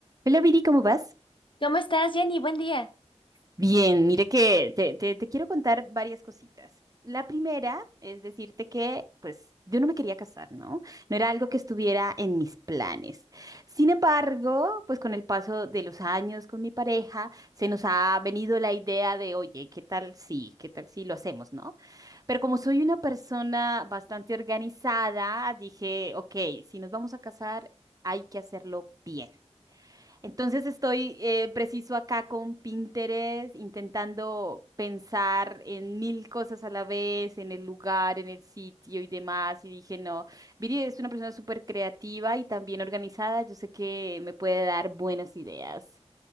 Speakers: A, on the right; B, on the left.
A: Hola Viri, ¿cómo vas?
B: ¿Cómo estás, Jenny? Buen día.
A: Bien, mire que te, te- te quiero contar varias cositas. La primera es decirte que, pues, yo no me quería casar, ¿no? No era algo que estuviera en mis planes. Sin embargo, pues con el paso de los años con mi pareja, se nos ha venido la idea de, oye, ¿qué tal si, qué tal si lo hacemos, ¿no? Pero como soy una persona bastante organizada, dije, ok, si nos vamos a casar, hay que hacerlo bien. Entonces estoy eh, preciso acá con Pinterest, intentando pensar en mil cosas a la vez, en el lugar, en el sitio y demás. Y dije, no, Viri es una persona súper creativa y también organizada. Yo sé que me puede dar buenas ideas.